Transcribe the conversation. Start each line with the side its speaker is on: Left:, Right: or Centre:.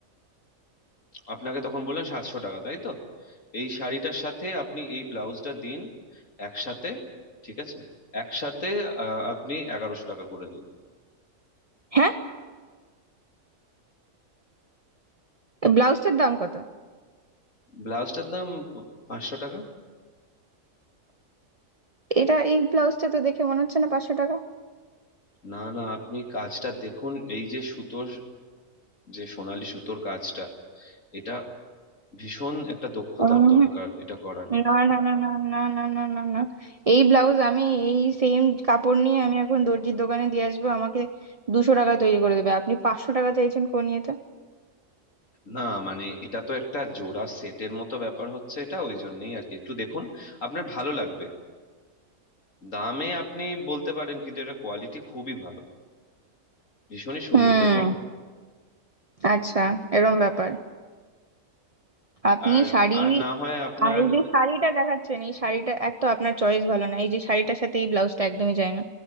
Left: আপনাকে তখন বললেন সাতশো টাকা তাই তো এই শাড়িটার সাথে আপনি এই ব্লাউজটা দিন একসাথে ঠিক আছে একসাথে আহ, আপনি এগারোশো টাকা করে দিন
Right: হ্যাঁ এই ব্লাউজটার দাম কত
Left: ব্লাউজটার দাম প- পাঁচশো টাকা
Right: এটা এই ব্লাউজটা তো দেখে মনে হচ্ছে না পাঁচশো টাকা
Left: না না আপনি কাজটা দেখুন এই যে সুতোর যে সোনালী সুতোর কাজটা এটা ভীষণ একটা দক্ষতার
Right: উম,
Left: দরকার এটা করার
Right: না না না না না না না না না এই ব্লাউজ আমি এই সেম কাপড় নিয়ে আমি এখন দর্জির দোকানে দিয়ে আসবো আমাকে দুশো টাকা তৈরি করে দেবে আপনি পাঁচশো টাকা চাইছেন কোন ইয়েতে?
Left: না মানে এটা তো একটা জোড়া সেটের মতো ব্যাপার হচ্ছে এটা ওই জন্যই আর কি একটু দেখুন আপনার ভালো লাগবে দামে আপনি বলতে পারেন কিন্তু এটা কোয়ালিটি খুবই ভালো ভীষণই সুন্দর
Right: হুম
Left: দেখুন
Right: আচ্ছা এরম ব্যাপার আপনি
Left: আর
Right: শাড়ি
Left: আর না হয় আপনার
Right: আর এই যে শাড়িটা দেখাচ্ছেন এই শাড়িটা এক তো আপনার চয়েস ভালো না এই যে শাড়িটার সাথে এই ব্লাউজটা একদমই যায় না